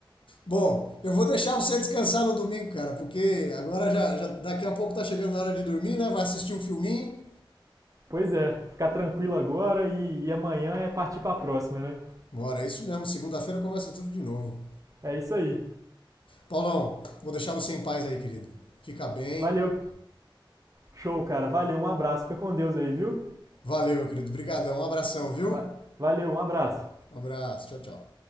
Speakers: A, on the left; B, on the right.
A: Bom, eu vou deixar você descansar no domingo, cara, porque agora já, já daqui a pouco tá chegando a hora de dormir, né? Vai assistir um filminho.
B: Pois é, ficar tranquilo agora e, e amanhã é partir pra próxima, né?
A: Bora, é isso mesmo. Segunda-feira começa tudo de novo.
B: É isso aí.
A: Paulão, vou deixar você em paz aí, querido. Fica bem.
B: Valeu, show, cara. Valeu, um abraço. Fica com Deus aí, viu?
A: Valeu, meu querido. Obrigadão. Um abração, viu?
B: Va- Valeu, um abraço.
A: Um abraço. Tchau, tchau.